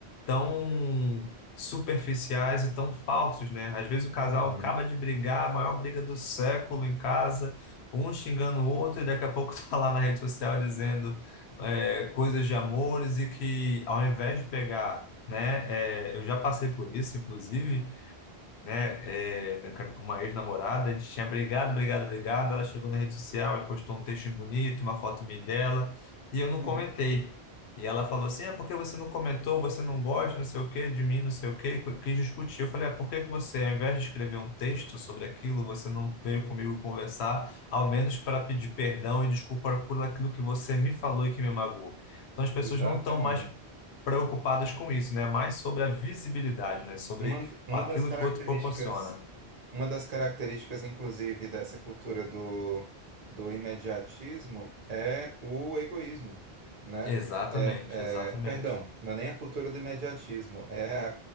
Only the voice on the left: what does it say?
tão superficiais e tão falsos, né? Às vezes o casal
acaba de brigar, a maior briga do século em casa, um xingando o outro, e daqui a pouco <laughs> tá lá na rede social dizendo é, coisas de amores e que ao invés de pegar, né? é, eu já passei por isso, inclusive né, é, com uma ex-namorada, a gente tinha brigado, brigado, brigado, ela chegou na rede social e postou um texto bonito, uma foto minha e dela, e eu
não comentei. E ela falou assim, é porque você não comentou, você não gosta, não sei o quê, de mim, não sei o quê, qu- quis discutir. Eu falei, é, por que que você, ao invés de escrever um texto sobre aquilo, você não veio comigo conversar, ao menos para pedir perdão e desculpa por aquilo que você me falou e que me magoou. Então as pessoas
não estão mais preocupadas com isso, né? Mais sobre a visibilidade, né? Sobre
Aquilo
que o outro proporciona.
Exatamente,
exatamente.